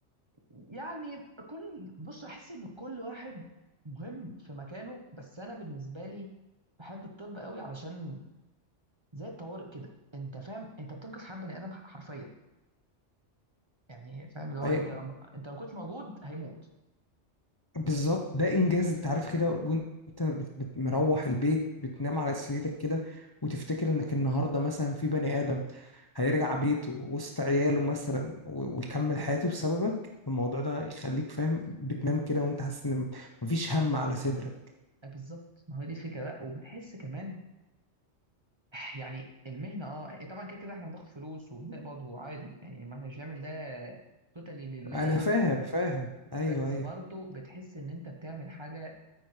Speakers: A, on the right; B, on the left.
A: يعني كل بص احس ان كل واحد مهم في مكانه بس انا بالنسبه لي بحب الطب قوي علشان زي الطوارئ كده انت فاهم انت بتنقذ حياه بني ادم حرفيا يعني فاهم اللي هو
B: أي
A: انت لو انت لو ما كنتش موجود هيموت
B: بالظبط ده إنجاز أنت عارف كده وأنت بت- بت- مروح البيت بتنام على سريرك كده وتفتكر إنك النهاردة مثلا في بني آدم هيرجع بيته وسط عياله مثلا و- ويكمل حياته بسببك الموضوع ده يخليك فاهم بتنام كده وأنت حاسس إن مفيش هم على صدرك
A: آه، بالظبط ما هو دي الفكره بقى وبتحس كمان <sighs> يعني المهنه اه إيه، طبعا كده كده احنا بناخد فلوس وبنقبض وعادي يعني ما احنا مش بنعمل ده توتالي لله
B: أنا
A: يعني
B: فاهم فاهم أيوه
A: بس
B: أيوه
A: برضه بتحس ان انت بتعمل حاجه